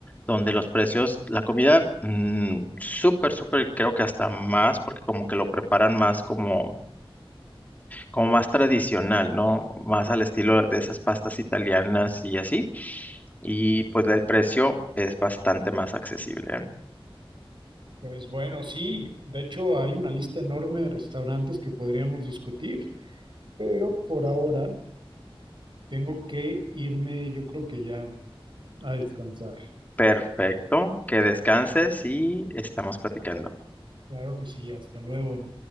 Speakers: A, on the left; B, on the right.
A: donde los precios, la comida, mm, súper, súper, creo que hasta más, porque como que lo preparan más como, como más tradicional, ¿no? Más al estilo de esas pastas italianas y así. Y pues el precio es bastante más accesible, ¿eh?
B: Pues bueno, sí, de hecho hay una lista enorme de restaurantes que podríamos discutir, pero por ahora tengo que irme, yo creo que ya a descansar.
A: Perfecto, que descanses y estamos platicando.
B: Claro que sí, hasta luego.